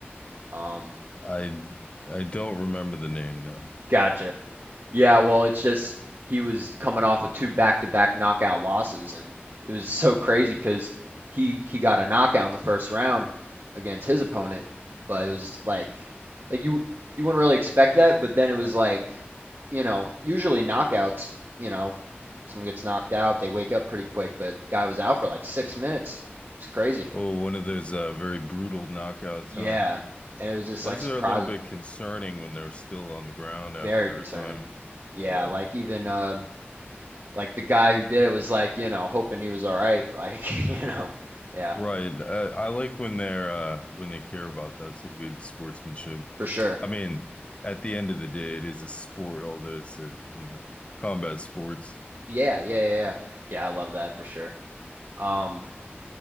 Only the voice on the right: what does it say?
Um,
Gotcha. yeah, well, it's just he was coming off of two back-to-back knockout losses, and it was so crazy because he he got a knockout in the first round against his opponent, but it was like like you you wouldn't really expect that, but then it was like you know usually knockouts you know someone gets knocked out they wake up pretty quick, but the guy was out for like six minutes. It's crazy.
Yeah,
and it was just
like surprising.
Very concerning.
Yeah,
like even uh like the guy who did it was like, you know, hoping he was all right, like, <laughs> you know. Yeah,
for sure.
Yeah, yeah, yeah, yeah. Yeah, I love that for sure. Um,